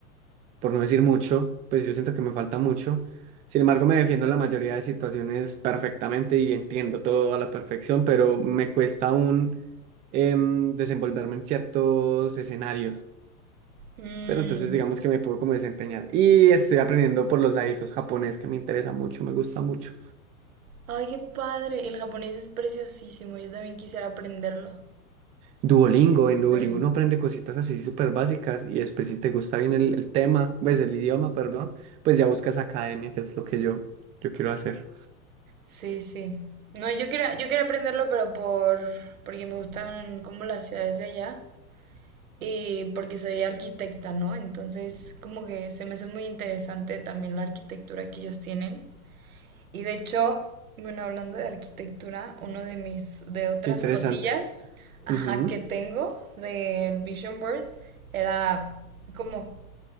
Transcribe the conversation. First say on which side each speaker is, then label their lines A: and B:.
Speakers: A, on the right (about 20°); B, on the right (about 70°).
A: por no decir mucho, pues yo siento que me falta mucho. Sin embargo, me defiendo en la mayoría de situaciones perfectamente y entiendo todo a la perfección, pero me cuesta aún em, desenvolverme en ciertos escenarios.
B: Mm.
A: Pero entonces digamos que me puedo como desempeñar. Y estoy aprendiendo por los laditos japonés, que me interesa mucho, me gusta mucho.
B: Ay, qué padre. El japonés es preciosísimo. Yo también quisiera aprenderlo.
A: Duolingo, en Duolingo
B: Pero
A: uno aprende cositas así súper básicas y después si te gusta bien el, el tema, ves el idioma, perdón, pues ya buscas academia, que es lo que yo, yo quiero hacer.
B: sí, sí. No, yo quería, yo quería aprenderlo, pero por porque me gustan como las ciudades de allá y porque soy arquitecta, ¿no? Entonces, como que se me hace muy interesante también la arquitectura que ellos tienen. Y de hecho, bueno, hablando de arquitectura, uno de mis, de otras
A: Qué interesante.
B: cosillas, ajá,
A: Ujú.
B: que tengo del Vision Board era como